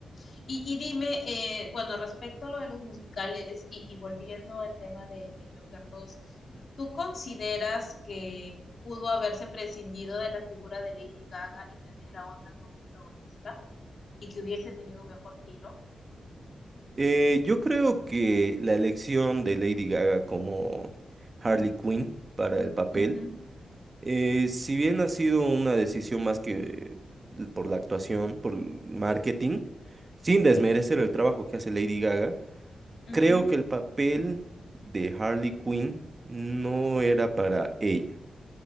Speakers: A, on the left; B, on the right.
A: Y, y dime, eh, bueno, respecto a lo de los musicales y, y volviendo al tema de, de Joker 2, ¿tú consideras que pudo haberse prescindido de la figura de Lady Gaga y tener a otra como protagonista y que hubiese tenido un mejor giro?
B: Eh, yo creo que la elección de Lady Gaga como Harley Quinn para el papel,
A: Ujú,
B: eh, si bien ha sido una decisión más que por la actuación, por el marketing, sin desmerecer el trabajo que hace Lady Gaga,
A: ujú.
B: Creo que el papel de Harley Quinn no era para ella.